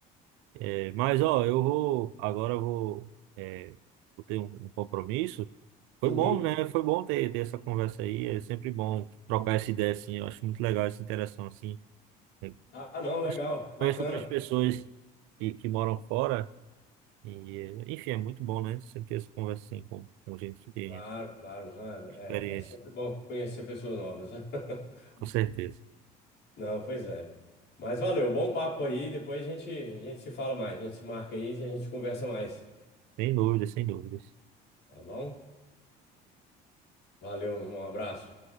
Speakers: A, on the right; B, on the left.
A: É, mas ó, eu vou agora eu vou, é, vou ter um, um compromisso. Foi
B: Uhum.
A: bom, né? Foi bom ter, ter essa conversa aí. É sempre bom trocar essa ideia assim. Eu acho muito legal essa interação assim. Eu
B: Ah, não, legal,
A: conheço,
B: bacana.
A: conheço outras pessoas que, que moram fora e é, enfim, é muito bom, né? Sempre ter essa conversa assim com, com gente que tem
B: Claro, claro, não,
A: experiência,
B: é, é- é sempre bom conhecer pessoas novas, né? <laughs>
A: com certeza.
B: Não, pois é. Mas valeu, bom papo aí. Depois a gente, a gente se fala mais, a gente se marca aí e a gente conversa mais,
A: Sem dúvidas, sem dúvidas.
B: tá bom? Valeu, meu irmão, um abraço.